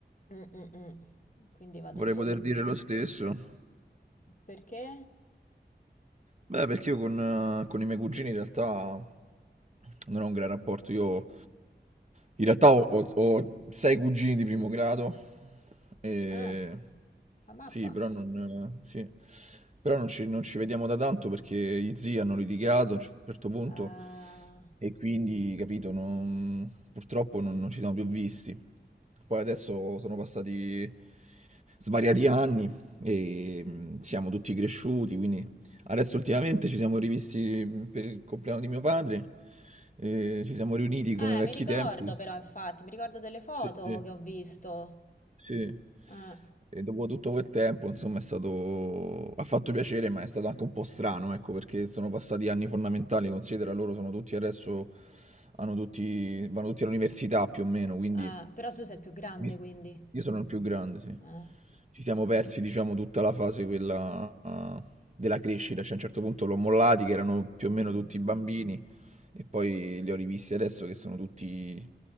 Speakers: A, on the left (about 45°); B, on the right (about 40°).
A: mm, mm, mm. Quindi vado
B: Vorrei
A: su,
B: poter
A: te-
B: dire lo stesso.
A: perché?
B: Beh, perché io con, ehm, con i miei cugini in realtà non ho un gran rapporto. Io in realtà ho, ho- ho sei cugini di primo grado. E...
A: Ah. La mappa?
B: Sì, però non, eh, sì. Però non ci, non ci vediamo da tanto perché gli zii hanno litigato a un certo punto
A: Ah.
B: e quindi, capito, non- purtroppo non, non ci siamo più visti. Poi adesso sono passati svariati anni e mm, siamo tutti cresciuti, quindi Adesso ultimamente ci siamo rivisti mh, per il compleanno di mio padre, eh, ci siamo riuniti come
A: Eh,
B: vecchi
A: mi ricordo
B: tempi.
A: però, infatti, mi ricordo delle foto
B: Sì. sì.
A: che ho visto.
B: Sì.
A: Eh,
B: E dopo tutto quel tempo, insomma, è stato ha fatto piacere, ma è stato anche un po' strano, ecco, perché sono passati anni fondamentali, considera loro sono tutti adesso hanno tutti vanno tutti all'università più o meno, quindi
A: eh, però tu sei il più grande,
B: mi s-
A: quindi.
B: io sono il più grande, sì.
A: Eh,
B: Ci siamo persi, diciamo, tutta la fase quella ah, della crescita, cioè a un certo punto l'ho mollati che erano più
A: mm.
B: o meno tutti bambini e poi li ho rivisti adesso che sono tutti